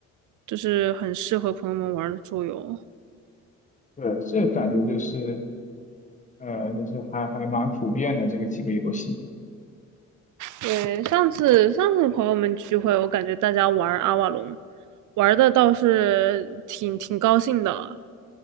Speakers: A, on the right (about 80°); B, on the left (about 25°).
A: 就是很适合朋友们玩的桌游。
B: 对，这个感觉就是，呃，就是还还蛮普遍的这个几个游戏。
A: 对，上次上次朋友们聚会，我感觉大家玩阿瓦隆，玩的倒是挺挺高兴的。